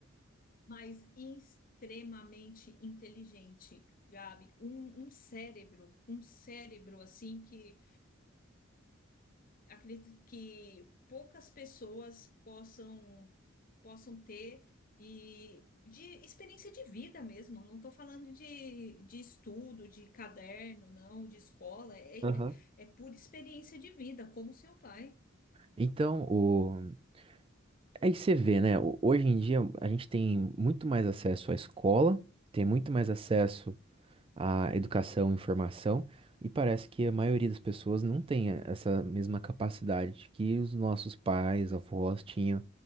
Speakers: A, on the left (about 45°); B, on the right (about 25°).
A: Mas extremamente inteligente, Gabi. Um, um cérebro, um cérebro assim que acredito que poucas pessoas possam. possam ter e de experiência de vida mesmo. Eu Não estou falando de, de estudo, de caderno, não, de escola. É,
B: Aham.
A: é, é pura experiência de vida, como seu pai.
B: Então, o... Aí você vê, né? ho- Hoje em dia a gente tem muito mais acesso à escola, tem muito mais acesso à educação e informação, e parece que a maioria das pessoas não tem eh, essa mesma capacidade que os nossos pais, avós tinham,